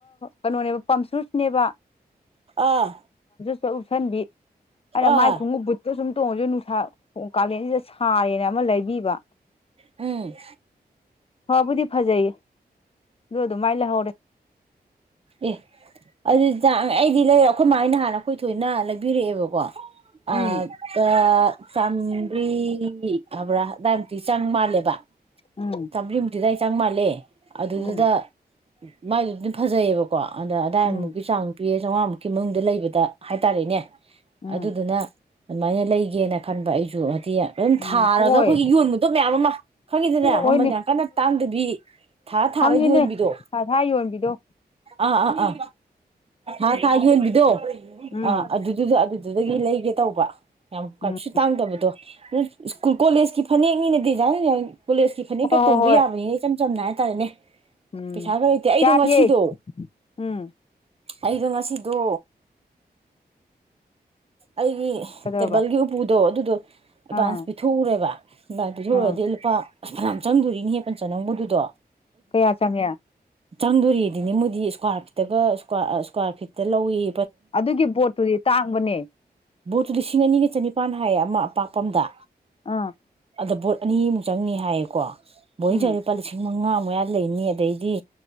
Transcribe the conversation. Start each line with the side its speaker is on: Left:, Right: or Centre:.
Left: ꯀꯩꯅꯣꯅꯦꯕ ꯄꯝꯆꯁꯅꯦꯕ
Right: ꯑꯥ
Left: ꯆꯎꯁꯟꯕꯤ ꯑꯔꯦ
Right: ꯑꯥ
Left: ꯃꯥꯥꯏꯣꯡꯃꯨꯛꯕꯨ ꯁꯨꯝ ꯗꯣꯡꯖ ꯅꯨꯁꯥ ꯀꯥꯂꯦꯟꯁꯤꯗ ꯁꯥꯔꯦꯅ ꯑꯃ ꯂꯩꯕꯤꯕ
Right: ꯎꯝ
Left: ꯋꯥꯕꯨꯗꯤ ꯐꯖꯩꯌꯦ ꯑꯗꯨ ꯑꯗꯨꯃꯥꯏꯅ ꯂꯩꯍꯧꯔꯦ
Right: ꯑꯦ ꯑꯗꯨꯗꯤ ꯑꯩꯗꯤ ꯂꯩꯔ ꯑꯩꯈꯣꯏ ꯃꯥꯥꯏꯅ ꯍꯥꯟꯅ ꯑꯩꯈꯣꯏ ꯊꯣꯏꯅ ꯂꯩꯕꯤꯔꯛꯑꯦꯕꯀꯣ ꯑ
Left: ꯎꯝ
Right: ꯑ ꯆꯟ꯭ꯔꯤ ꯍꯥꯏꯕ꯭ꯔꯥ ꯗꯥꯛꯇꯤ ꯆꯪ ꯃꯥꯜꯂꯦꯕ
Left: ꯎꯝ
Right: ꯇꯝꯂꯤ ꯃꯗ ꯆꯪ ꯃꯥꯜꯂꯦ ꯑꯗꯨꯗꯨꯗ
Left: ꯎꯝ
Right: ꯎ ꯃꯥꯏꯗꯨꯗꯤ ꯑꯗꯨꯝ ꯐꯖꯩꯌꯦꯕꯀꯣ ꯀ ꯑꯗ ꯑꯗꯥꯏꯃꯨꯛ
Left: ꯎꯝ
Right: ꯆ ꯄꯤꯌꯦ ꯆꯥꯝꯃꯉꯥꯃꯨꯛ ꯏꯃꯨꯡꯗ ꯂꯩꯕꯗ ꯍꯥꯏꯇꯥꯔꯦꯅꯦ
Left: ꯎꯝ
Right: ꯑꯗꯨꯗꯨꯅ ꯑꯗꯨꯃꯥꯏꯅ ꯂꯩꯒꯦꯅ ꯈꯟꯕ ꯑꯩꯁꯨ ꯍꯥꯏꯗꯤ ꯑꯗꯨꯝ
Left: ꯎꯝ
Right: ꯊꯥꯔꯒ
Left: ꯍꯣꯏ
Right: ꯑꯩꯈꯣꯏꯒꯤ ꯌꯣꯟꯕꯗꯣ ꯃꯌꯥꯝ ꯑꯃ ꯈꯪꯉꯤꯗꯅꯦ ꯃꯃꯟ
Left: ꯍꯣꯏꯅꯦ
Right: ꯌꯥꯝ ꯀꯟꯅ ꯇꯥꯡꯗꯕꯤ ꯊꯥꯔ ꯊꯥꯔ
Left: ꯍꯪꯉꯤꯅꯦ
Right: ꯌꯣꯟꯕꯤꯗꯣ
Left: ꯁꯥꯊꯥ ꯌꯣꯟꯕꯤꯗꯣ
Right: ꯑꯥ ꯑꯥ ꯑꯥ ꯊꯥꯔ ꯊꯥꯔ ꯌꯣꯟꯕꯤꯗꯣ
Left: ꯎꯝ
Right: ꯑ ꯑꯗꯨꯗꯨꯗ ꯑꯗꯨ ꯑꯗꯨꯗꯒꯤ ꯂꯩꯒꯦ ꯇꯧꯕ ꯌꯥꯝ
Left: ꯎꯝ
Right: ꯀꯥꯏꯄꯁꯨ ꯇꯥꯡꯗꯕꯗꯣ ꯎꯝ ꯁꯀꯨꯜ ꯀꯣꯂꯦꯖꯀꯤ ꯐꯅꯦꯛꯅꯤꯅ ꯗꯤꯖꯥꯏꯟ ꯌꯥꯝ ꯄꯨꯂꯤꯁ ꯐꯅꯦꯛ
Left: ꯍꯣꯏ
Right: ꯀ
Left: ꯍꯣꯏ
Right: ꯇꯣꯡꯕ
Left: ꯍꯣꯏ
Right: ꯌꯥꯕꯅꯤꯅ ꯏꯆꯝ ꯆꯝꯅ ꯍꯥꯏꯇꯥꯔꯦꯅꯦ
Left: ꯎꯝ
Right: ꯄꯩꯁꯥ ꯒ ꯂꯩꯇꯦ ꯑꯩꯗꯣ
Left: ꯌꯥꯏꯌꯦ
Right: ꯉꯁꯤꯗꯣ
Left: ꯎꯝ
Right: ꯑꯩꯗꯣ ꯉꯁꯤꯗꯣ ꯑꯩꯒꯤ
Left: ꯀꯩꯗꯧꯔꯕ
Right: ꯇꯦꯕꯜꯒꯤ ꯎꯄꯨꯗꯣ ꯑꯗꯨ ꯑ ꯗꯣ ꯑꯦꯗꯚꯥꯟꯁ
Left: ꯑꯥ
Right: ꯄꯤ ꯊꯣꯛꯎꯔꯦꯕ ꯑꯦꯗꯚꯥꯟꯁ ꯄꯤꯊꯣꯛꯎꯔꯗꯤ
Left: ꯑꯥ
Right: ꯂꯨꯄꯥ ꯑꯁ ꯐꯅꯌꯥꯝ ꯆꯪ ꯗꯣꯔꯤꯅꯤꯍꯦ ꯄꯟꯆ ꯅꯧꯕꯨ ꯑꯗꯨꯗꯣ
Left: ꯀꯌꯥ ꯆꯪꯉꯦ
Right: ꯆꯪꯗꯣꯔꯤꯑꯗꯤꯅꯦ ꯃꯣꯏꯗꯤ ꯁꯀ꯭ꯋꯥꯔ ꯐꯤꯠꯇꯒ ꯁꯀ꯭ꯋꯥꯔ ꯑ ꯁ꯭ꯀꯋꯥꯔ ꯐꯤꯠꯇ ꯂꯧꯋꯦꯌꯦ
Left: ꯑꯗꯨꯒꯤ ꯕꯣꯠꯇꯨꯗꯤ ꯇꯥꯡ ꯕ ꯅꯦ
Right: ꯕꯣꯠꯇꯣ ꯂꯤꯁꯤꯡ ꯑꯅꯤꯒ ꯆꯅꯤꯄꯥꯟ ꯍꯥꯏꯌꯦ ꯑꯃ ꯑꯄꯥꯛꯄ ꯑꯝꯗ
Left: ꯑꯥ
Right: ꯑꯗ ꯕꯣꯠ ꯑꯅꯤꯃꯨꯛ ꯆꯪꯅꯤ ꯍꯥꯏꯌꯦꯀꯣ ꯕꯣꯏꯅ
Left: ꯎꯝ
Right: ꯆꯜꯂꯦ ꯂꯨꯄꯥ ꯂꯤꯁꯤꯡ ꯃꯉꯥꯃꯨꯛ ꯃꯌꯥ ꯂꯩꯅꯤ ꯑꯗꯩꯗꯤ